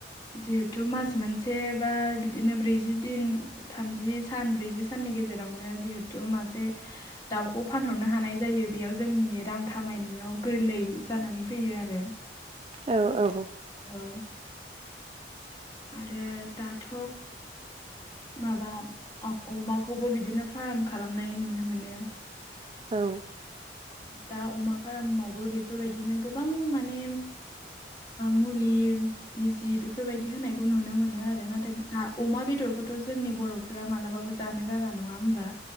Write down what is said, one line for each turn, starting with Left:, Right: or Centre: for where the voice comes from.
Left: जिहेथु मास मोनसे बा बिदिनो ब्रैजि दिन थामजि सान ब्रैजि साननि गेजेरावनो जिहेथु मासे दाउखौ फानहरनो हानाय जायो बेयाव जोंनि रां खामायनायाव गोरलै जानानै फैयो आरो। <inaudible>
Right: औ औ औ
Left: औ आरो दाथ' माबा अमाखौबो बिदिनो फार्म खालामनाय नुनो मोनो।
Right: औ
Left: दा अमा फार्मावबो बेफोरबायदिनो गोबां माने मुलि बिजि बेफोरबायदि होनाय बे खौ नुनो मोनो आरो नाथाय दा अमा बेदरखौथ' जोंनि बर'फोरा मालाबाबो जानो गारा नङा होमबा?